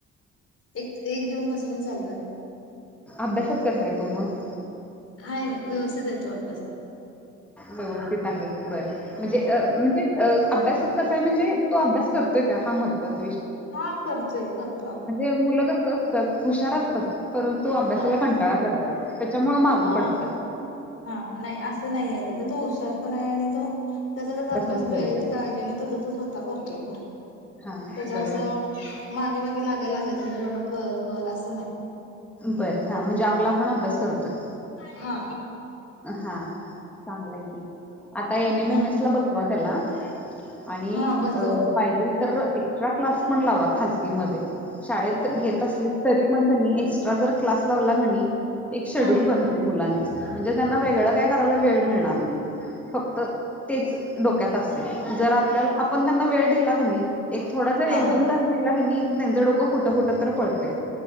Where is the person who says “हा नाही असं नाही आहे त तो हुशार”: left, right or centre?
Left